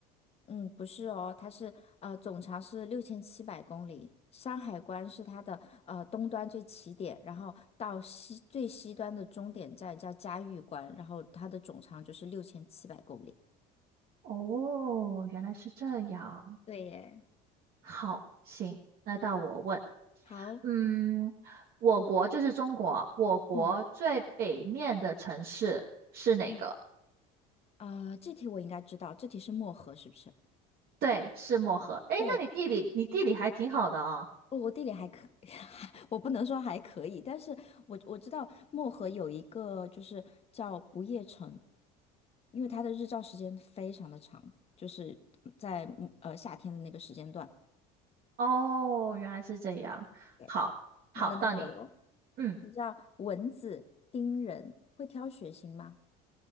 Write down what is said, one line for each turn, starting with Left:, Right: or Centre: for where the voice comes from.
Left: 嗯，不是哦，它是呃总长是六千七百公里，山海关是它的呃东端最起点，然后到西最西端的终点站叫嘉峪关，然后它的总长就是六千七百公里。
Right: 哦，原来是这样。
Left: 对耶，
Right: 好，行，那到我问。
Left: 好，
Right: 嗯，我国就是中国，我国最北面的城市是哪个？
Left: 嗯嗯，啊、这题我应该知道，这题是漠河是不是？
Right: 对，是漠河。哎，
Left: 对，
Right: 那你地理，你地理还挺好的啊。
Left: 我我地理还可，<laughs> 我不能说还可以，但是我我知道漠河有一个就是叫不夜城，因为它的日照时间非常的长，就是在嗯呃夏天的那个时间段。
Right: 哦，原来是这样。
Left: 对，
Right: 好，好，
Left: 那轮到我喽。
Right: 到你。嗯，
Left: 你知道蚊子叮人会挑血型吗？